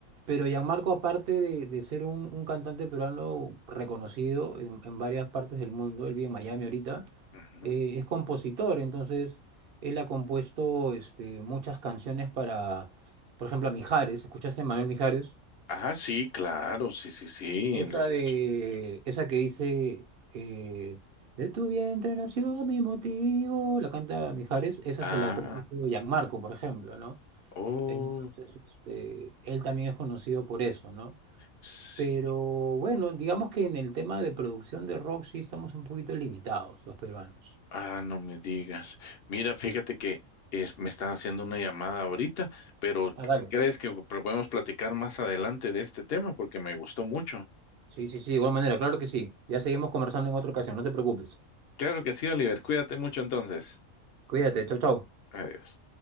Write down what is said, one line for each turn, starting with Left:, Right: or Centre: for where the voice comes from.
Right: Pero Gianmarco, aparte de, de ser un, un cantante peruano reconocido en, en varias partes del mundo, él vive en Miami ahorita,
Left: Ujú.
Right: eh, es compositor. Entonces, él ha compuesto este, muchas canciones para, por ejemplo, a Mijares. ¿Escuchaste a Manuel Mijares?
Left: Ah, sí, claro, sí, sí, sí.
Right: Esa
Left: en los-
Right: de, esa que dice, eh, de tu vientre nació mi motivo, la canta Mijares, esa
Left: Ah,
Right: se la compuso Gianmarco, por ejemplo, ¿no?
Left: oh,
Right: Entonces, este, él también es conocido por eso, ¿no?
Left: sí.
Right: Pero bueno, digamos que en el tema de producción de rock sí estamos un poquito limitados los peruanos.
Left: Ah, no me digas. Mira, fíjate
Right: Sí.
Left: que es- me están haciendo una llamada ahorita, pero
Right: Ah, dale.
Left: ¿crees que podemos platicar más adelante de este tema? Porque me gustó mucho.
Right: Sí, sí, sí, de igual manera, claro que sí. Ya seguimos conversando en otra ocasión, no te preocupes.
Left: Claro que sí, Oliver. Cuídate mucho entonces.
Right: Cuídate, chau, chau.
Left: Adiós.